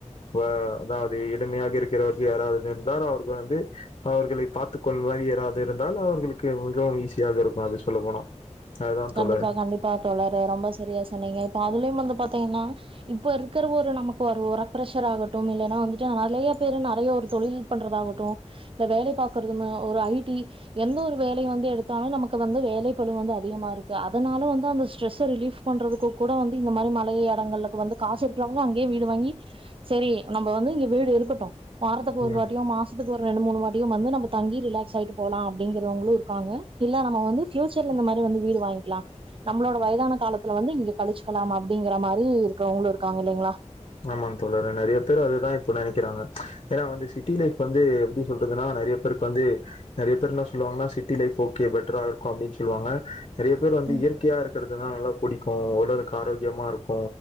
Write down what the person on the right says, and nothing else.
கண்டிப்பா
கண்டிப்பா தோழரே ரொம்ப சரியா சொன்னீங்க இப்ப அதுலயும் வந்து பாத் தேன்னா இப்ப இருக்கிற ஒரு நமக்கு ஒரு உர பிரிரஷர் ஆகட்டு இல்லன்னா வந்துட்டு நெறைய பேர் நெறைய ஒரு தொழில் பண்றதாகட்டு இல்ல வேலை பாக்கறது ஒரு ஐ டி எந்த ஒரு வேலயு வந்து எடுத்தாலு நமக் கு வந்து வேலைப்பளு வந்து அதிகமா இருக்கு அதனால வந்து அந்த ஸ்ட்ரெஸ்ஸ ரிலீஃப் பண்றதுக்கு கூட வந்து இந்த மாரி மலைய எடங்களுக்கு வந்து காசு இருக்கிறவங்க அங்கேயே வீடு வாங்கி சரி நம்ம வந்து இங்க வீடு இருக்கட்டு வாரத்துக்கு ஒரு
வாட்டியு மாசத்துக்கு ஒரு ரெண்டு மூணு வாட்டிய வந்து நம்ம தங்கி ரிலாக்ஸ் ஆகிட்டு போலா அப்படிங்கிறவங்களு இருக்காங்க இல்ல நம் வந்து பியூச்சர்ல இந்த மாரி வந்து வீடு வாங் லா நம்மளோட வயதான காலத்துல வந்து இங்க கழிச்சுக்கலாம் அப்படிங்கிற மாரி இருக்கிறவங்களு இருக்காங்க இல்லைங்களா
ம்